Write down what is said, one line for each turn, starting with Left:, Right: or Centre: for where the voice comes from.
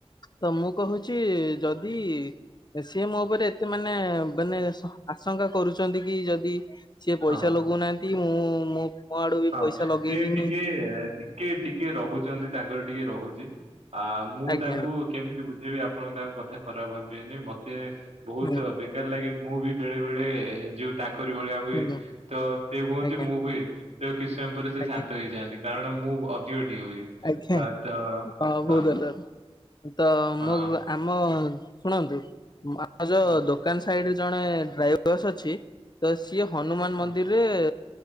Left: ତ ମୁଁ କହୁଛି ଯଦି ସିଏ ମୋ ଉପରେ ଏତେ ମାନେ ମାନେ ଶ ଆଶଙ୍କା କରୁଛନ୍ତି କି ଯଦି ସିଏ ପଇସା
Right: ହଁ
Left: ଲଗଉନାହାଁନ୍ତି ମୁଁ ମୋ ମୋ ଆଡୁ ବି
Right: ହଁ
Left: ପଇସା
Right: ସେ
Left: ଲଗେଇବିନି
Right: ଟିକେ ଟି ଟିକେ ଟିକେ ରହୁଛନ୍ତି ତାଙ୍କର ଟିକେ ରହୁଛି। ଆ ମୁଁ
Left: ଆଜ୍ଞା
Right: ତାଙ୍କୁ
Left: ଆଜ୍ଞା
Right: କେମିତି ବୁଝେଇବି ଆପଣ ତାଙ୍କ କଥା ଖରାପ ଭାବିବେନି ମତେ ବହୁତ
Left: ହୁଁ
Right: ଦରକାର ଲାଗେ ମୁଁ ବି ବେଳେ ବେଳେ ଯଉ ତାଙ୍କରି ଭଳିଆ ହୁଏ
Left: ହୁଁ
Right: ତ ସେ ହୁଅନ୍ତି
Left: ଆଜ୍ଞା
Right: ମୁଁ ବି ତ କିଛି ସମୟ ପରେ ସେ
Left: ଆଜ୍ଞା
Right: ଶାନ୍ତ ହେଇଯାଆନ୍ତି କାରଣ ମୁଁ ଅ ଟିକେ ହୁଏ
Left: ଆଜ୍ଞା
Right: ତ ହଁ।
Left: ବହୁତ ଭଲ ତ
Right: ହଁ
Left: ମୁଁ ଆମ ଶୁଣନ୍ତୁ ଆ ଆମର ଯଉ
Right: ହଁ
Left: ଦୋକାନ ସାଇଡରେ ଜଣେ ଡ୍ରାଇଭରସ ଅଛି ତ ସିଏ ହନୁମାନ
Right: ହଁ
Left: ମନ୍ଦିର ସେ